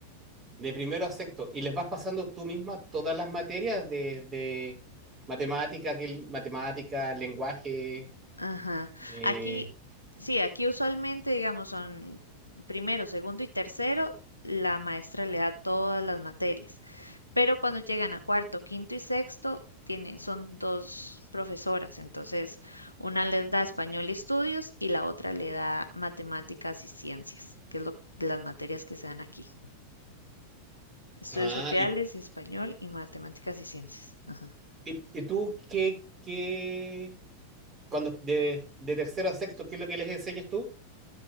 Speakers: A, on the right; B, on the left.
A: De primero a sexto. Y les vas pasando tú misma todas las materias desde matemática, que, matemática, lenguaje.
B: Ajá.
A: eh,
B: Aquí, sí, aquí usualmente, digamos, son primero, segundo y tercero, la maestra le da todas las materias. Pero cuando llegan a cuarto, quinto y sexto, tienen, son dos profesoras, entonces una les da español y estudios y la otra le da matemáticas y ciencias, que es lo, de las materias que se dan aquí. Estudios
A: ah,
B: sociales,
A: y,
B: español y matemáticas y ciencias. Ajá.
A: y- y tú qué, qué- cuando de, de tercero a sexto, ¿qué es lo que les enseñas tú?